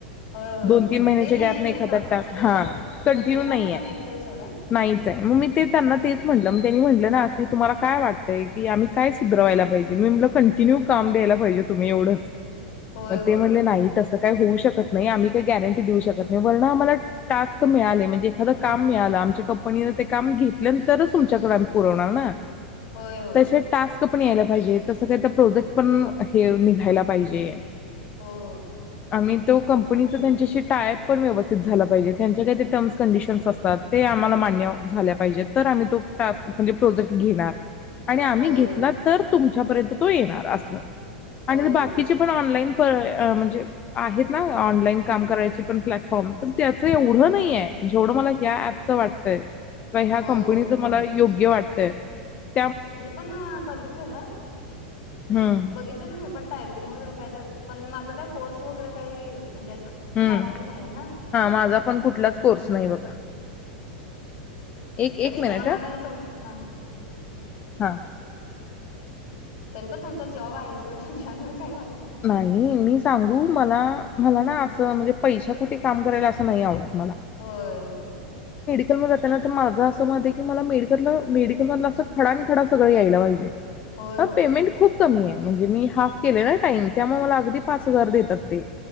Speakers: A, on the left (about 55°); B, on the left (about 30°).
A: होय होय
B: दोन तीन महिन्याच्या
A: ते नाहीच
B: गॅप नाही एखादा टास्क
A: <unintelligible>
B: हा कंटिन्यू
A: प्रत्येक महिन्याला
B: नाहीआय
A: नाहीच आहे सोडा.
B: नाहीच आहे मग मी ते त्यांना
A: हम्म.
B: तेच म्हटलं मग त्यांनी म्हटलं ना की तुम्हाला काय वाटतंय की आम्ही काय सुधरवायला पाहिजे मी म्हंटल कंटिन्यू काम द्यायला पाहिजे तुम्ही एवढंच
A: होय
B: मग
A: होय
B: ते म्हटले नाही तसं ता काही होऊ शकत नाही आम्ही काही गॅरंटी देऊ शकत नाही वरन आम्हाला टास्क मिळाले म्हणजे एखादं काम मिळालं आमच्या कंपनीन ते काम घेतल्यानंतरच तुमच्याकडे आम्ही पुरवणार ना.
A: होय होय
B: तसे टास्क पण याल्यात. पाहिजे तसं काही प्रोजेक्ट पण हे निघायला पाहिजे.
A: हो हो
B: आम्ही तो कंपनीचा
A: ते पण आहे
B: त्यांच्याशी टायप पण व्यवस्थित झालं पाहिजेत. त्यांच्या काही ते टर्म्स कंडिशन्स असतात ते आम्हाला मान्य झाल्या पाहिजे तर आम्ही तो टास्क म्हणजे प्रोजेक्ट घेणार आणि आम्ही
A: होय
B: घेतला
A: होय
B: तर तुम तुमच्यापर्यंत तो येणार अस
A: होय
B: आणि बाकीचे
A: होय
B: पण ऑनलाईन <unintelligible> म्हणजे आहेत. ऑनलाईन काम करायची पण प्लॅटफॉर्म पण ते आ -- तेवढं
A: होय होय
B: नाईआय जेवढं मला ह्या ऍपचं वाटतंय <unintelligible> ह्या
A: होय
B: कंपनीचं
A: होय
B: मला योग्य वाटतं ठ
A: मी पण बघितलेलं
B: हम्म
A: बघितलेल मी पण टायपिंग वगैरे काय तर पण माझा काय कोर्स वगैरे काही म्हणजे असं
B: हम्म
A: झालेलं नाही ना
B: हा माझा पण कुठलाच
A: त्यामुळे
B: कोर्स नाही बघा एक एक
A: तरी
B: मिनिट
A: त्या मानाने तुमच हा
B: हा
A: तरी पण तुमचा जॉब आहे सोडा हं त्यामुळे काय वाट
B: नाही मी सांगू मला मला ना असं म्हणजे पैशासाठी काम करायला असं नाही आवडत
A: होय होय
B: तर मी करते ना तर माझं असं मत आहे की, मला मेडिकतल मेडिकल मधला असं खडानखडा सगळं यायला पाहिजे.
A: होय
B: ह
A: होय
B: पेमेंट खूप कमी आहे म्हणजे मी हाफ केले होय. ताइन त्यामुळ मला अगदी पाच हजार देतात ते.